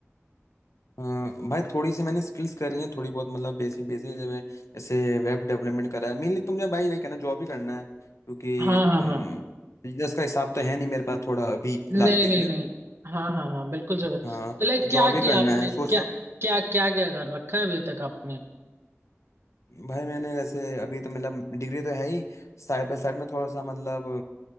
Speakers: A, on the left (about 85°); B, on the right (about 55°).
A: अ, भाई थोड़ी सी मैंने स्किल्स करी हैं थोड़ी बहुत मतलब बेसिक बेसिक जैसे वेब डेवलपमेंट करा है मेनली तुमने भाई वही कहना जॉब ही करना है क्योंकि
B: हाँ हाँ हाँ
A: बिजनेस का हिसाब तो है नहीं मेरे पास थोड़ा अभी
B: नहीं
A: फिलहाल के
B: नहीं
A: लिए
B: नहीं हाँ हाँ हाँ बिल्कुल सही बोल-
A: हाँ
B: तो लाइक
A: तो जॉब
B: क्या किया
A: ही करना
B: आपने
A: है सोच
B: क्या
A: रहा हूँ
B: क्या क्या क्या कर रखा है अभी तक आपने
A: भाई मैंने जैसे अभी तो मतलब डिग्री तो है ही साइड बाय साइड में थोड़ा सा मतलब